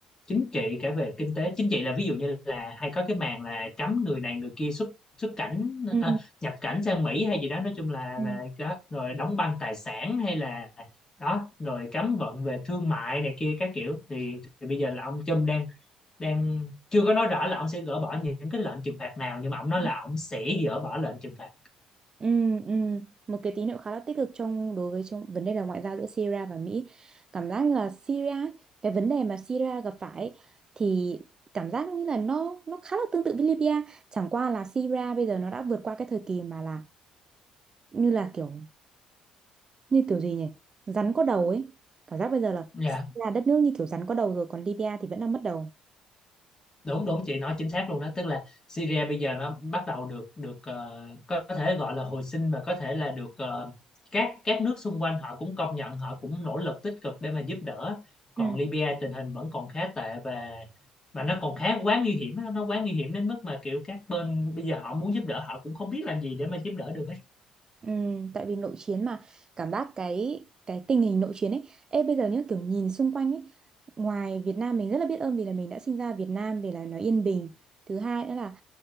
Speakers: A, on the left; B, on the right.
A: chính trị cả về kinh tế chính trị là ví dụ như là hay có cái màn là cấm người này người kia xuất xuất cảnh
B: Ừ.
A: à, nhập cảnh sang Mỹ hay gì đó nói chung là
B: Ừ.
A: là đó. rồi đóng băng tài sản hay là đó rồi cấm vận về thương mại này kia các kiểu thì, thì bây giờ là ông Trump đang đang chưa có nói rõ là ông sẽ gỡ bỏ những cái lệnh trừng phạt nào nhưng mà ông nói
B: Ừ.
A: là ông sẽ gỡ bỏ lệnh trừng phạt
B: Ừ, ừ. Một cái tín hiệu khá là tích cực trong đối với trong vấn đề là ngoại giao giữa Syria và Mỹ. Cảm giác như là Syria, cái vấn đề mà Syria gặp phải ấy, thì cảm giác như là nó nó khá là tương tự với Libya. Chẳng qua là Syria bây giờ nó đã vượt qua cái thời kỳ mà là như là kiểu như kiểu gì nhỉ? Rắn có đầu ấy. Cảm giác bây giờ là
A: Dạ.
B: Syria đất nước như kiểu rắn có đầu rồi còn Libya thì vẫn đang mất đầu.
A: đúng đúng chị nói chính xác luôn đó tức là Syria bây giờ nó bắt đầu được được ờ, có thể gọi là hồi sinh và có thể là được ờ, các các nước xung quanh họ cũng công nhận họ cũng nỗ lực tích cực để mà giúp đỡ còn
B: Ừ.
A: Libya tình hình vẫn còn khá tệ và và nó còn khá quá nguy hiểm á, nó quá nguy hiểm đến mức mà kiểu các bên bây giờ họ muốn giúp đỡ họ cũng không biết làm gì để mà giúp đỡ được
B: Ừ, tại vì nội chiến mà cảm giác cái cái tình hình nội chiến ấy ê bây giờ nhá kiểu nhìn xung quanh ấy ngoài Việt Nam mình rất là biết ơn vì là mình đã sinh ra Việt Nam vì là nó yên bình thứ hai nữa là